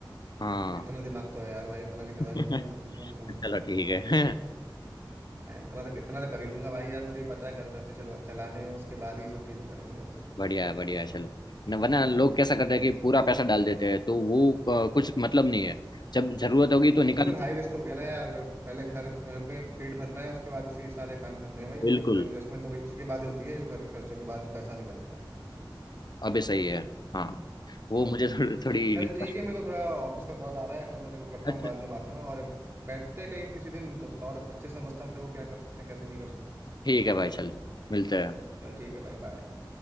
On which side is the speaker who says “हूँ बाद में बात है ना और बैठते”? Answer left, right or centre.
Right